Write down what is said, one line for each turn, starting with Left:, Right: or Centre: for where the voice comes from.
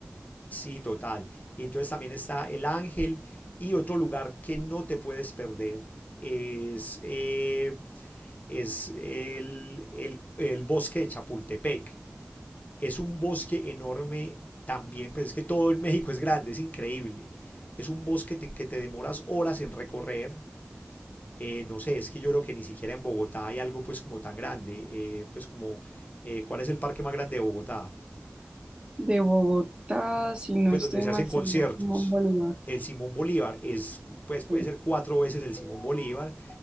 Left: Sí, total. Y entonces también está El Ángel y otro lugar que no te puedes perder es, eh, es el, el- el bosque de Chapultepec. Es un bosque enorme también, pues es que todo el México es grande, es increíble. Es un bosque te- que te demoras horas en recorrer. Eh, no sé, es que yo creo que ni siquiera en Bogotá hay algo pues como tan grande. eh, pues como, eh, ¿cuál es el parque más grande de Bogotá?
Right: De Bogotá, si no
Left: pues
Right: estoy
Left: donde se
Right: mal,
Left: hacen conciertos.
Right: sería como Bolívar.
Left: El Simón Bolívar es, pues puede
Right: Sí.
Left: ser cuatro veces el Simón Bolívar.